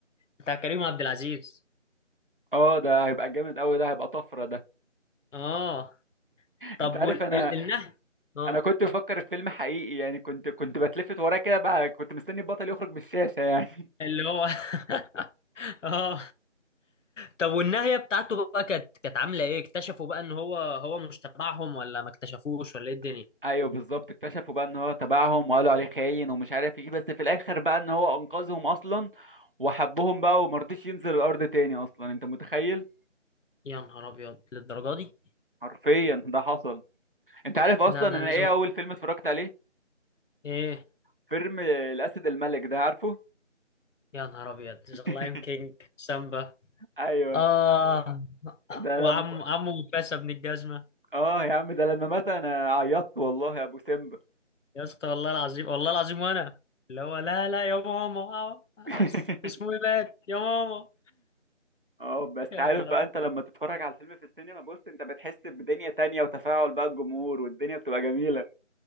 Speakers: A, on the left; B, on the right.
A: بتاع كريم عبد العزيز
B: اه ده هيبقى جامد قوي ده هيبقى طفره ده
A: آه طب
B: انت عارف
A: والنهي
B: انا
A: آه
B: انا كنت بفكر في فيلم حقيقي يعني كنت كنت بتلفت وراه كده بقى كنت مستني البطل يخرج من الشاشه يعني
A: اللي هو <laughs> آه طب والنهاية بتاعته بقى كانت كانت عاملة إيه؟ اكتشفوا بقى إن هو هو مش تبعهم ولا ما اكتشفوش ولا إيه الدنيا؟
B: <laughs> ايوه بالظبط اكتشفوا بقى ان هو تبعهم وقالوا عليه خاين ومش عارف ايه بس في الاخر بقى ان هو انقذهم اصلا وحبهم بقى ومرضيش ينزل الارض تاني اصلا انت متخيل
A: يا نهار أبيض للدرجة دي؟
B: حرفيا ده حصل انت عارف اصلا
A: لا ده
B: انا
A: أنا لازم
B: ايه اول فيلم اتفرجت عليه
A: إيه؟
B: فيلم الاسد الملك ده عارفه
A: يا نهار أبيض
B: <laughs>
A: ذا لاين كينج سامبا
B: ايوه
A: آه
B: ده
A: وعم
B: لما
A: عمه مفاسة بن الجزمة
B: اه يا عم ده لما مات انا عيطت والله يا ابو سيمبا
A: يا اسطى والله العظيم والله العظيم وانا اللي هو لا لا يا ماما آه، آه،
B: <laughs>
A: بس اسمه ايه مات يا ماما
B: اه بس
A: يا
B: عارف
A: نهار
B: بقى
A: ابيض
B: انت لما تتفرج على الفيلم في السينما بص انت بتحس بدنيا تانية وتفاعل بقى الجمهور والدنيا بتبقى جميلة